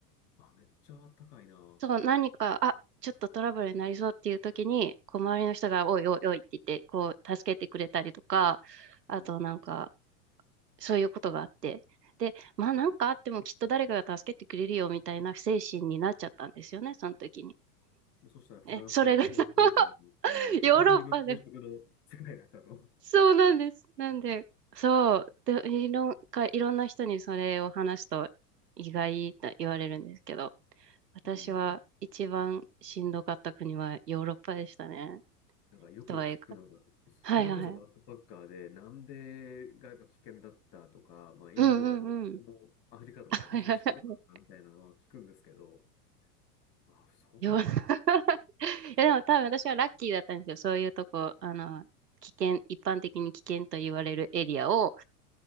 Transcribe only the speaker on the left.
あ、めっちゃあったかいな。
うん。
そしたらフランスは想像以上に、
あの、
弱肉強食の世界だったと。
うん。なんかよく聞くのが、
それこそバックパッカーで南米がやっぱ危険だったとか、まあインドがどうしても、
アフリカとかどうしてもしんどかったみたいなのは聞くんですけど、
あ、そうなんや。